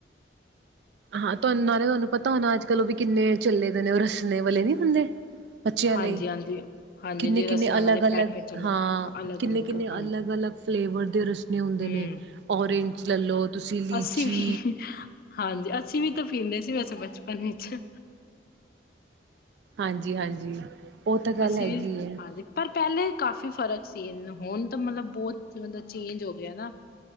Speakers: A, on the right; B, on the left.
A: ਹਾਂ, ਤੁਵਾਨੁ ਨਾਲੇ ਤੁਹਾਨੂੰ ਪਤਾ ਹੋਣਾ, ਅੱਜ ਕੱਲ ਉਹ ਵੀ ਕਿੰਨੇ ਚੱਲੇ ਦੇ ਨੇ, ਉਹ ਰੱਸਨੇ ਵਾਲੇ ਨੀ। ਹੁੰਦੇ। ਬੱਚਿਆਂ
B: ਹਾਂਜੀ
A: ਲਈ
B: ਹਾਂਜੀ ਹਾਂਜੀ
A: ਕਿੰਨੇ
B: ਜੀ
A: ਕਿੰਨੇ
B: ਰਸਨਾ
A: ਅਲੱਗ-ਅਲੱਗ
B: ਵਾਲੇ ਪੈਕੇਟ ਚਲੇ
A: ਹਾਂ?
B: ਅਲੱਗ
A: ਕਿੰਨੇ
B: ਅਲੱਗ
A: ਕਿੰਨੇ
B: ਹਾਂਜੀ
A: ਅਲੱਗ-ਅਲੱਗ ਫਲੇਵਰ ਦੇ ਰਸਣੇ ਹੁੰਦੇ
B: ਹਮ
A: ਨੇ? ਓਰੇਂਜ ਲੈਲੋ, ਤੁਸੀਂ ਲੀਚੀ
B: ਅਸੀਂ ਵੀ ਹਾਂਜੀ ਅਸੀਂ ਵੀ ਤਾਂ ਪੀਂਦੇ ਸੀ ਵੈਸੇ ਬਚਪਨ ਵਿਚ।
A: ਹਾਂਜੀ, ਹਾਂਜੀ। ਉਹ ਤਾਂ ਗੱਲ
B: ਅੱਸੀਂ
A: ਹੈਗੀ
B: ਵੀ
A: ਹੈ
B: ਹਾਂਜੀ, ਪਰ ਪਹਿਲੇ। ਕਾਫੀ ਫਰਕ ਸੀ ਏਨੂੰ, ਹੁਣ। ਤਾਂ ਮਤਲਬ, ਬਹੁਤ ਜ਼ਿਆਦਾ ਚੇਂਜ ਹੋ ਗਿਆ ਹਨਾ